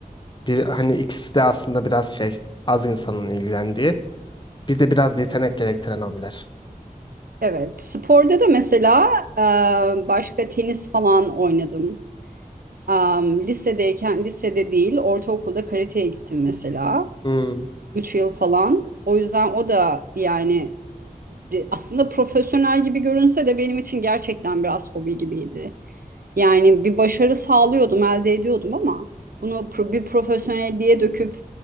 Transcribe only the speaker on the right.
evet. Sporda da mesela e, başka tenis falan oynadım. Am, lisedeyken lisede değil, ortaokulda karateye gittim mesela.
üç yıl falan. O yüzden o da yani e, aslında profesyonel gibi görünse de benim için gerçekten biraz hobi gibiydi. Yani bir başarı sağlıyordum, elde ediyordum ama bunu pro- bir profesyonelliğe döküp